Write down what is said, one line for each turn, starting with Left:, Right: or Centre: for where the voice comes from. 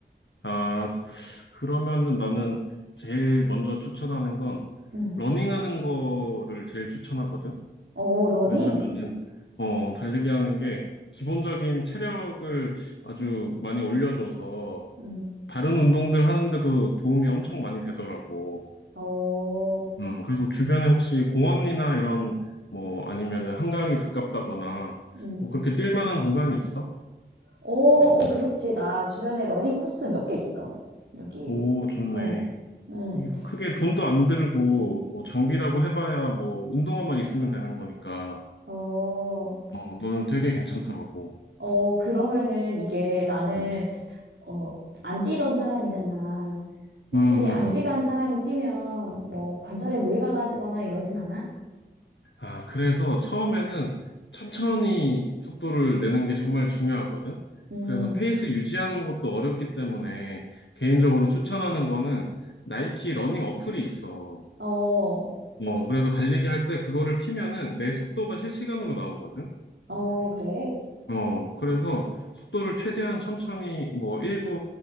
Left: 아, 그러면은 나는 제일 먼저 추천하는 건
Right: 음,
Left: 러닝하는 거를 제일 추천하거든.
Right: 어, 러닝?
Left: 왜냐면은 어, 달리기 하는 게 기본적인 체력을 아주 많이 올려줘서
Right: 음,
Left: 다른 운동들 하는데도 도움이 엄청 많이 되더라고.
Right: 어,
Left: 음, 그래서 주변에 혹시 공원이나 이런 뭐 아니면은 한강이 가깝다거나
Right: 음.
Left: 뭐 그렇게 뛸 만한 공간이 있어?
Right: 어, 어, 그렇지. 나 주변에 러닝 코스 몇 개 있어. 여기.
Left: 오, 좋네.
Right: 어, 음.
Left: 이게 크게 돈도 안 들고 뭐 장비라고 해봐야 뭐 운동화만 있으면 되는 거니까
Right: 어, 어,
Left: 어, 너는 되게 괜찮더라고.
Right: 어, 그러면은 이게 나는,
Left: 어.
Right: 어, 안 뛰던 사람이잖아. 혹시
Left: 음, 음,
Right: 안
Left: 음.
Right: 뛰던 사람이 뛰면 뭐 관절에 무리가 가거나 이러진 않아?
Left: 아, 그래서 처음에는 천천히 속도를 내는 게 정말 중요하거든.
Right: 음,
Left: 그래서 페이스 유지하는 것도 어렵기 때문에 개인적으로 추천하는 거는 나이키 러닝 어플이 있어.
Right: 어,
Left: 어, 그래서 달리기 할 때 그거를 키면은 내 속도가 실시간으로 나오거든.
Right: 어, 그래.
Left: 어, 그래서 속도를 최대한 천천히 뭐 1분,